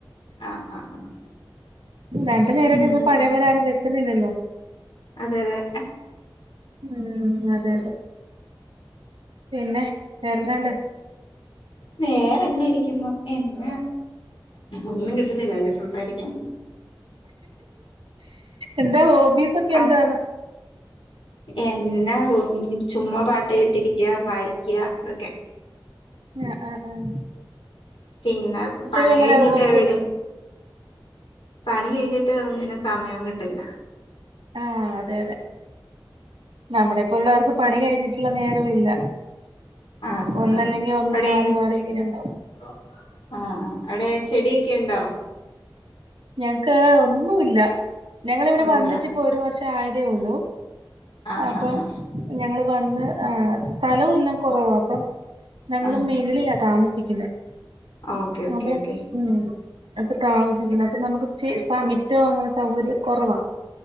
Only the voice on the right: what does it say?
രണ്ടു നേരൊക്കെ
ഇപ്പ പഴയ പോലെ ആരും വെക്കുന്നില്ലല്ലോ
ഉം അതെ അതെ പിന്നെ വേറെ എന്നാ ഉണ്ട്‌
എന്താ ഹോബീസൊക്കെ
എന്താ
ആഹ് ആഹ് ആഹ്
എങ്ങനെ
ബുക്ക്
എടു
ആഹ് അതെ അതെ നമ്മളെപ്പോലുള്ളവർക്ക് പണി കഴിഞ്ഞിട്ടുള്ള നേരവില്ല
ഒന്നല്ലെങ്കി ഒന്ന്
മാറി മാറി ഇങ്ങനെ ഉണ്ടാവും
ഞങ്ങക്ക് ഒന്നുല്ല ഞങ്ങളിവിടെ
വന്നിട്ട് ഇപ്പോ ഒരു വർഷായതേ ഉള്ളൂ
അപ്പം
ഞങ്ങള് വന്ന് ആഹ് സ്ഥലവും ഇല്ല കുറവാ അപ്പം ഞങ്ങള്
മെകളിലാ താമസിക്കുന്നത്
അപ്പം
ഉം ഇപ്പൊ താമസിക്കുന്നെ അപ്പൊ നമുക്ക് ച്ചിരി മിറ്റവും അങ്ങനെ സൗകര്യം കുറവ്വാ